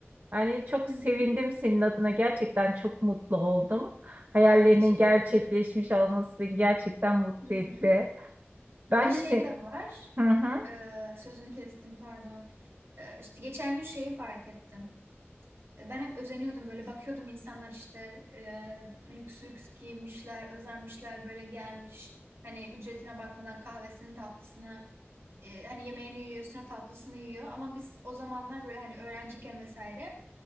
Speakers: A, on the right; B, on the right.
A: Yani çok
B: Hı
A: sevindim
B: hı.
A: senin adına. Gerçekten çok mutlu oldum. Hayallerinin
B: Ya teşekkür
A: gerçekleşmiş
B: ederim.
A: olması beni gerçekten mutlu
B: Hı hı.
A: etti. Ben
B: Ve şey
A: de sen...
B: de var.
A: Hı hı,
B: e, sözünü kestim pardon. E, işte geçen gün şeyi fark ettim. E, Ben hep özeniyordum böyle bakıyordum insanlar işte e, lüks lüks giymişler, özenmişler böyle gelmiş. Hani ücretine bakmadan kahvesini tatlısını e, hani yemeğini yiyor, üstüne tatlısını yiyor. Ama biz o zamanlar böyle hani öğrenciyken vesaire